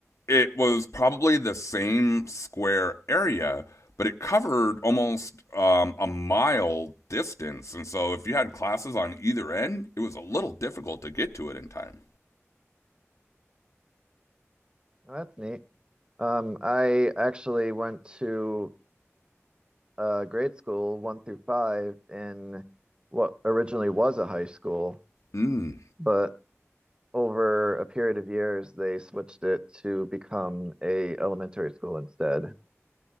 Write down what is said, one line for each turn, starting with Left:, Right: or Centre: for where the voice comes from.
Left: it was probably the same square area, but it covered almost um, a mile distance. And so if you had classes on either end, it was a little difficult to get to it in time.
Right: Oh, that's neat. Um, I actually went to uh, grade school one through five in what originally was a high school,
Left: Mm,
Right: but over a period of years they switched it to become a elementary school instead,